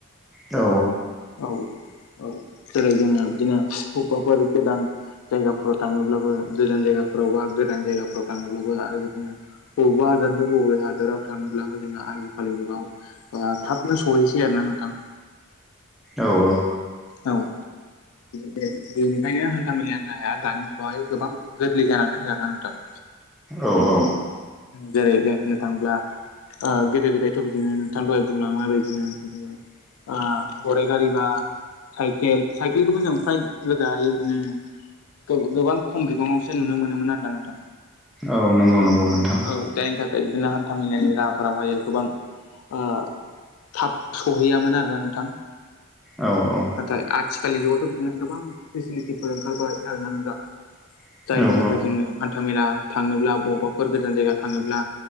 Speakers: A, in the centre; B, on the left.
A: औ
B: औ, औ औ। जेरै जोङो बिदिनो बबेबाफोर गोदान जायगाफोराव थाङोब्लाबो गोजान जायगाफोर फोरावबो गोदान जायगाफोराव थाङोब्लाबो आरो बिदिनो बबेबा हादरनिफ्राय बबेब हादराव फोराव थाङोब्लाबो जोंहा आजिखालिनि जुगाव ओ थाबनो सहैसै आरोना नोंथां।
A: औ औ।
B: औ। ओ बेनिखायनो हान्था मेलानि राहाया दानि जुगावहाय गोबां गोरलै जानानै फैदों आरोना नोंथां।
A: औ औ।
B: जेरै जों होननो थाङोब्ला ओ गोदो गोदायथ' बिदिनो नोंथाङा दहाय बुंलांनाय बायदिनो बिदिनो ओ गराइ गारि बा साइखेल, साइकेलखौबो जों फ्राय गोदाहाय बिदिनो गो-गोबां खम बिबाङावसो नुनो मोनोमोन आरोना नोंथां।
A: औ नंगौ नंगौ नोंथां‌।
B: औ जायनि थाखाय बिदिनो हान्था मेलानि राहाफोरावहाय गोबां ओ थाब सहैयामोन आरोना नोंथां।
A: औ औ
B: नाथाय आथिखालनि जुगावथ' बिदिनो गोबां फेसिलिटिफोर ओंखारबाय आरोना नोंथां।
A: औ
B: जायनि थाखाय जोङो हान्था मेला थांनोब्ला बबेबाफोर गोजान जायगा थांनोब्ला